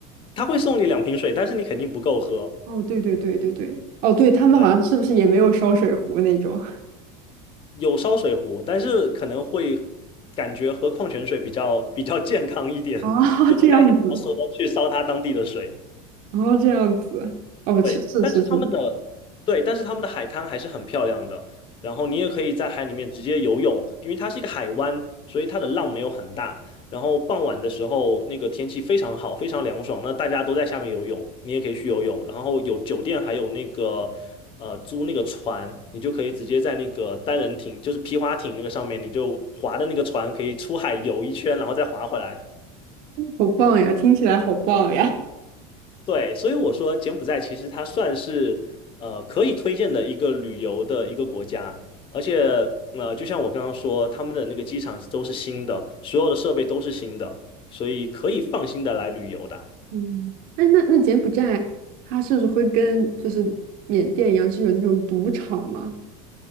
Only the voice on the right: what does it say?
哦，对对对对对，哦，对，他们好像是不是也没有烧水壶那种？
<laughs> 啊，
这样子，哦，这样子，哦，
是是是是，
好棒呀，听起来好棒呀。
嗯，哎，那那柬埔寨它是不是会跟就是缅甸一样，是有那种赌场吗？